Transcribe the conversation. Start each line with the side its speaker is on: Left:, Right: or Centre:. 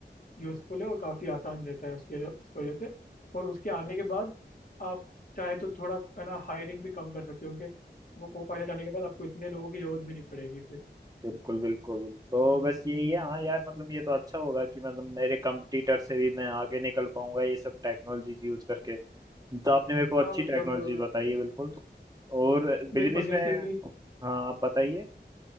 Left: यूजफुल है और काफ़ी आसान रहता है उसके उसकी वजह से और उसके आने के बाद आप चाहे तो थोड़ा है ना हायरिंग भी कम कर सकते हो कि वो को पायलट आने के बाद आपको इतने लोगों की जरूरत भी नहीं पड़ेगी फिर
Right: बिल्कुल बिल्कुल तो बस यही है हाँ यार मतलब ये तो अच्छा होगा कि मतलब मेरे कंपटीटर से भी मैं आगे निकल पाऊंगा ये सब टेक्नोलॉजीज यूज करके तो आपने मेरे को
Left: हाँ
Right: अच्छी
Left: मतलब
Right: टेक्नोलॉजी
Left: अ,
Right: बताई है बिल्कुल और बिजनेस
Left: बिल्कुल जैसे
Right: में
Left: कि
Right: हाँ आप बताइए